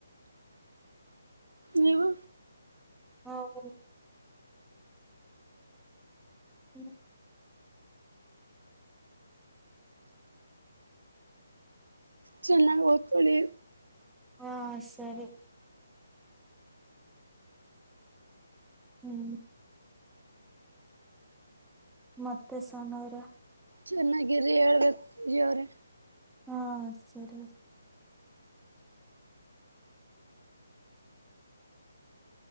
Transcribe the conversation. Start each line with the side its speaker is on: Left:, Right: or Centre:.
Right: ನೀವು
Centre: ಹ ಹ ಹ್ಮ್
Right: ಚೆನ್ನಾಗಿ ಓದ್ಕೊಳ್ಳಿ
Centre: ಹಾ ಸರಿ ಹ್ಮ್ ಮತ್ತೆ ಸನರ
Right: ಚೆನ್ನಾಗಿರಿ ಹೇಳ್ಬೇಕವ್ರ
Centre: ಹಾ ಸರಿ